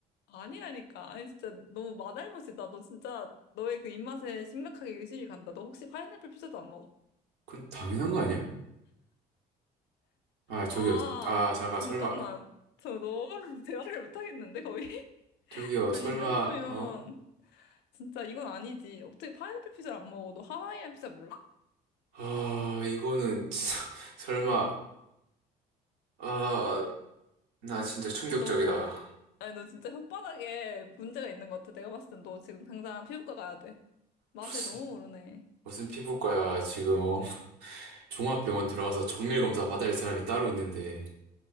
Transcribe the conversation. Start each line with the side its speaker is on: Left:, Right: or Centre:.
Left: 아니라니까. 아니 진짜 너무 맛알못이다. 너 진짜 너의 그 입맛에 심각하게 의심이 간다. 너 혹시 파인애플 피자도 안 먹어?
Right: 그건 당연한 거 아니야? 아, 저기요.
Left: 아
Right: 아, 잠깐,
Left: 잠깐만.
Right: 설마.
Left: 저 너랑 <laughs> 대화를 못 하겠는데 거의? <laughs>
Right: 저기요,
Left: 아니
Right: 설마,
Left: 이 정도면
Right: 어?
Left: 진짜 이건 아니지. 어떻게 파인애플 피자를 안 먹어? 너 하와이안 피자 몰라?
Right: 아, 이거는, 진짜 <laughs> 설마, 아, 나 진짜 충격적이다.
Left: 너, 아니, 너 진짜 혓바닥에 문제가 있는 것 같아. 내가 봤을 땐 너 지금 당장 피부과 가야 돼. 맛을
Right: 무슨,
Left: 너무 모르네.
Right: 무슨 피부과야, 지금, 어? 종합병원 들어가서
Left: 그러니까,
Right: 정밀검사 받아야 할 사람이 따로 있는데,